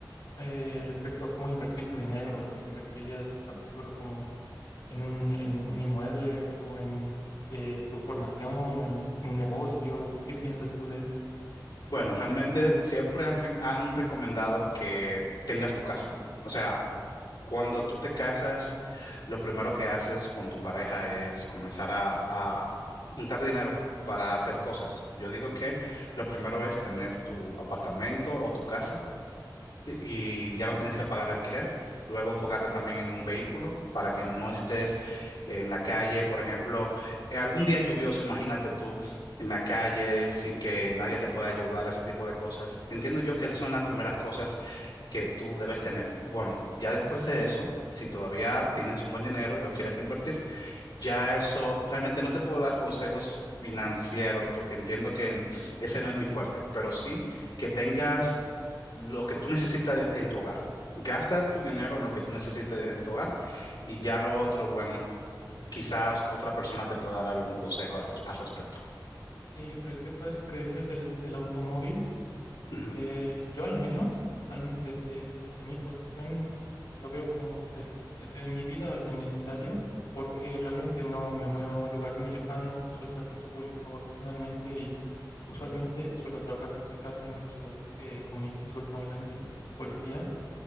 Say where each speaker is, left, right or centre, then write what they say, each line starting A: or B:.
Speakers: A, on the left; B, on the left.
A: Eh, respecto a cómo invertir tu dinero, ¿lo invertirías a futuro como en un, en un inmueble o en eh, tu formación o en un negocio? ¿Qué piensas tú de eso?
B: Bueno, realmente siempre han, re- han recomendado que tengas tu casa. O sea, Cuando tú te casas, lo primero que haces con tu pareja es comenzar a, a juntar dinero para hacer cosas. Yo digo que lo primero es tener tu apartamento o tu casa y ya no tienes que pagar alquiler. Luego enfocarte también en un vehículo para que no estés en la calle, por ejemplo, en algún día lluvioso, imagínate tú en la calle sin que nadie te pueda ayudar, ese tipo de cosas. Entiendo yo que esas son las primeras cosas que tú debes tener. Bueno, ya después de eso, si todavía tienes un buen dinero y lo quieres invertir, ya eso realmente no te puedo dar consejos financieros porque entiendo que ese no es mi fuerte, pero sí que tengas lo que tú necesitas en tu hogar. Gasta tu dinero en lo que tú necesites en tu hogar y ya lo otro, bueno, quizás otra persona te pueda dar algún consejo al, res- al respecto.
A: Sí, respecto a eso que decías del, del automóvil.
B: Ujú.
A: Eh, yo al menos, al- desde, desde mi posición, lo veo como des- e-, en mi vida algo innecesario, porque realmente no me muevo a un lugar muy lejano, uso el transporte público ocasionalmente y usualmente suelo trabajar desde casa, incluso eh, con mi consulta online de, de psicología.